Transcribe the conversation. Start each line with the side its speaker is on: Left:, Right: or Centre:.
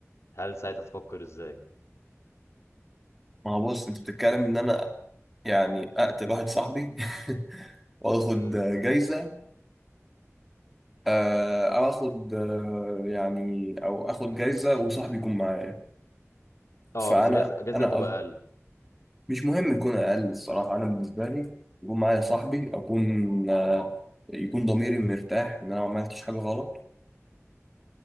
Left: هل ساعتها تفكر ازاي
Centre: ما هو بص انت بتتكلم ان انا يعني اقتل واحد صاحبي <laughs> واخد
Left: امم
Centre: جايزة آه، او اخد آه، يعني او اخد جايزة وصاحبي يكون معايا
Left: اه
Centre: فانا
Left: بس جايزة جايزة
Centre: انا
Left: تبقى
Centre: قصد-
Left: اقل
Centre: مش مهم يكون اقل الصراحة انا بالنسبة لي يكون معايا صاحبي اكون آه، يكون ضميري مرتاح ان انا ما عملتش حاجة غلط